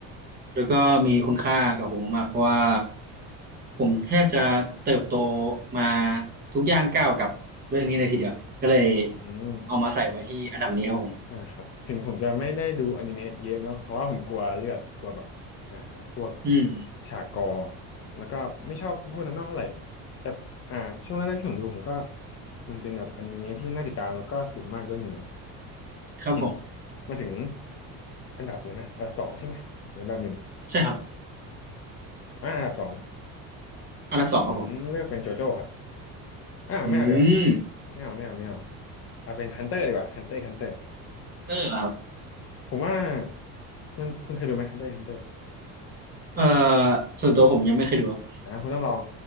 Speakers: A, on the right; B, on the left.
A: แล้วก็มีคุณค่ากับผมมากเพราะว่าผมแทบจะเติบโตมาทุกย่างก้าวกับเรื่องนี้เลยทีเดียวก็เลย
B: มอืม
A: เอามาใส่ไว้ที่อันดับนี้ครับผม
B: อ่าครับถึงผมจะไม่ได้ดูอนิเมะเยอะเนาะเพราะว่าผมกลัวเลือดกลัวแบบอ่าพวก
A: อืม
B: ฉากกอแล้วก็ไม่ชอบพวกนั้นมากเท่าไหร่แต่อ่าช่วงแรกๆที่ผมดูผมก็มันเป็นแบบอนิเมะที่น่าติดตามแล้วก็สนุกมากเรื่องหนึ่งเลย
A: ครับผม
B: อืมมาถึงอันดับเลยนะอันดับสองใช่ไหมหรืออันดับหนึ่ง
A: ใช่ครับ
B: อ่าอันดับสอง
A: อันดับสองครับผม
B: ผมเลือกเป็นโจโจ้ครับอ่าไม่เอาเดี๋ยวา
A: อืม
B: ไม่เอาไม่เอาไม่เอาเอาเป็นฮันเตอร์ดีกว่าฮันเตอร์ฮันเตอร์
A: เตอร์เหรอครับ
B: ผมว่ามันคุณเคยดูไหมฮันเตอร์ฮันเตอร์
A: เอ่อส่วนตัวผมยังไม่เคยดูครับ
B: อ่าคุณต้องลอง